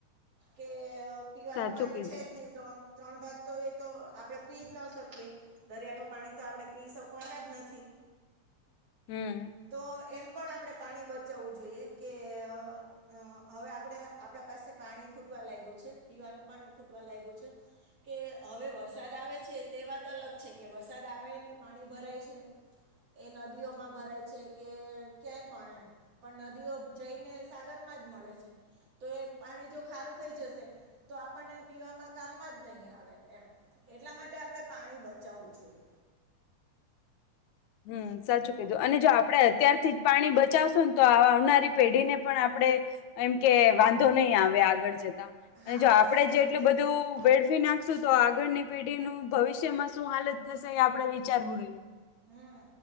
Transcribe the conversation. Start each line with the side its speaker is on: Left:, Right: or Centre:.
Right: કે પીવાનું
Left: સાચું
Right: પાણી
Left: કીધું
Right: છે જ નહીં ત્રણ ત્રણ ભાગ તો એ તો આપણે પી ન શકીએ દરિયાનું પાણી તો આપણે પી શકવાના જ નથી.
Left: હમ્મ.
Right: તો એમ પણ આપણે પાણી બચાવવું જોઈએ કે અ હવે આપણેે આપણા પાસે પાણી ખૂટવા લાગ્યું છે પીવાનું પાણી ખૂટવા લાગ્યું છે. કે હવે વરસાદ આવે. છે તે વાત અલગ છે કે વરસાદ આવે ને પાણી ભરાય છે. એ નદીઓમાં ભરાય છે કે ક્યાય પણ એમ પણ ન દીઓ જઈને સાગર માં જ મળે છે. તો એ પાણી જો ખારું થઈ જશે તો આપણને પીવામાં કામમાં જ નહીં આવે. એમ એટલા માટે આપણે પાણી બચાવવું જોઈએ.
Left: હમ્મ, સાચું કીધું અને જો આપડણે અત્યારથી જ પાણી બચાવશું ને તો આવનારી પેઢીને પણ આપડણે એમ કે વાંધો નહી આવે આગળ જતા અને
Right: હા
Left: જો આપણેે
Right: સાચી
Left: જેટલું
Right: વાત છે
Left: બધું વેડ ફી નાખશું તો આગળની પેઢીનું ભવિષ્યમાં શું હાલત થશે એ આપડણે વિચારવું રહ્યું.
Right: હમ્મ.